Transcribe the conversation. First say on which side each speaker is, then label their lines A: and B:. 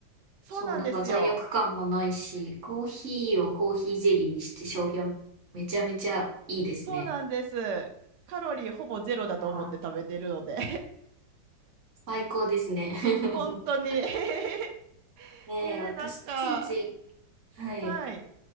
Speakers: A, on the right (about 70°); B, on the right (about 45°).
A: そうなんですよ。
B: う、そう、なんか罪悪感もないし、コーヒーをコーヒーゼリーにして消費はめちゃめちゃいいですね。
A: そうなんです。カロリーほぼゼロだと思って食べてるので。
B: いやー、最高ですね。<laughs>
A: <laughs> 本当に。<laughs>
B: ねえ、
A: えー、
B: 私、
A: なんか、
B: ついつい、はい。
A: はい。